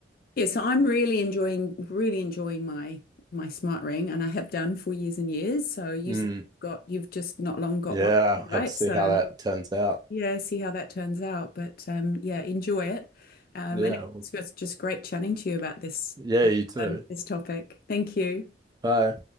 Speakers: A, on the left; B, on the right.
A: Yeah, so I'm really enjoying really enjoying my my smart ring, and I have done for years and years. So you
B: Mm,
A: said you've got you've just not long got
B: yeah,
A: one, right?
B: have to see
A: So
B: how that turns out.
A: yeah, see how that turns out. But um, yeah, enjoy it. Um,
B: Yeah,
A: and
B: well,
A: it's just just great chatting to you about this
B: yeah,
A: this,
B: you too.
A: um, this topic. Thank you.
B: Bye.